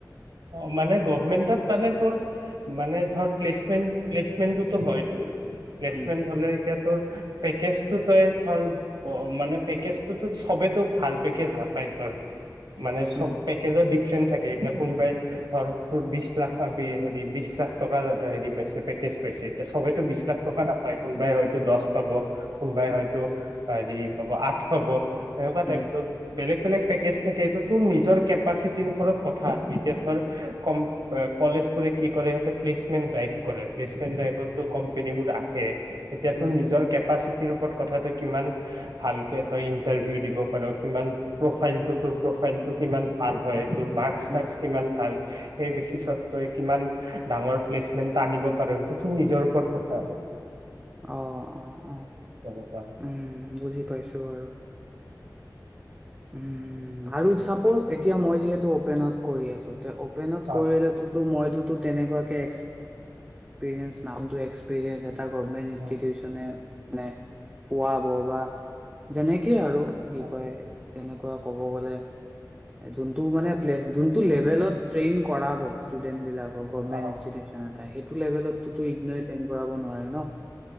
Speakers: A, on the right (about 85°); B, on the right (about 20°).
A: অ', মানে গভমেন্টত পালে তোৰ, মানে ধৰ প্লেচমেণ্ট, প্লেচমেণ্টটোতো হয় তোৰ। প্লেচমেণ্ট
B: উম
A: হ'লে এতিয়া তোৰ- পেকেজটো তই ধৰ, ব-মানে পেকেজতো চবেতো ভাল পেকেজ নাপায় ধৰ। মানে চব
B: উম
A: পেকেজৰ দিফ চেন থাকে, এতিয়া কোনোবাই ধৰ তোৰ বিশ লাখ পাবি, হেৰি বিশ লাখ টকাৰ হেৰি পাইছে পেকেজ পাইছে চবেতো বিশ
B: উম
A: লাখ টকা নাপায়। কোনবাই হয়তো দচ পাব কোনবাই
B: উম
A: হয়তো আৰু ই পাব, আঠ পাব। তেনেকুৱা টাইপ
B: উম
A: তোৰ, বেলেগ বেলেগ পেকেজ থাকে, এইটোতো নিজৰ কেপাচিটিৰ ওপৰত কথা আৰু এতিয়া ধৰ, কম-কলেজবোৰে কি কৰে, সিহঁতে প্লেচমেণ্ট ড্ৰাইভ কৰে, প্লেচমেন্ট ড্ৰাইভতটো কোম্পানী বোৰ আহে। এতিয়াতো
B: উম
A: নিজৰ কেপাচিট কি ৰূপত কথাটো কিমান ভালকে তই ইন্টাৰভিউ দিব পাৰ, কিমান প্ৰফাইলটো তোৰ প্ৰফাইলটো কিমান ভাল হয় মাক্স-চাক্স
B: উম
A: ভাল। সেই বেছিচত্যই
B: উম
A: কিমান ডাঙৰ প্লেচমেন্ট টানিব পাৰ, সেইটো তোৰ নিজৰ ওপৰত কথা আৰু।
B: অ' অ' অ',
A: তেনেকুৱা
B: উম, বুজি পাইছোঁ বাৰু। উম, আৰু চাপোজ এতিয়া মই যিহেতু অপেনত কৰি আছোঁ, তে অপেনত কৰিলেটোতো
A: অ
B: মই তোৰটো তেনেকুৱাকে এক্স-পীৰিয়েন্স নামটো এক্স্পীৰিয়েঞ্চ টা গভমেন্ট ইনষ্টিটিউচনে-নে
A: অ
B: পোৱাব বা যেনেক সেয়ে আৰু কি
A: অ
B: কয় তেনেকুৱা ক'ব গ'লে, যোনটো মানে প্লেচ যোনটো লে ৰেল'ত ট্ৰেইন কৰাব ষ্টুডেণ্টবিলাকক গভৰ্ণমেণ্ট
A: অ
B: ইনষ্টিটিউশ্যনটাই সেইটো লেভেলটো ইগনিও‌য়ে ট্ৰেইন কৰাব নোৱাৰে ন',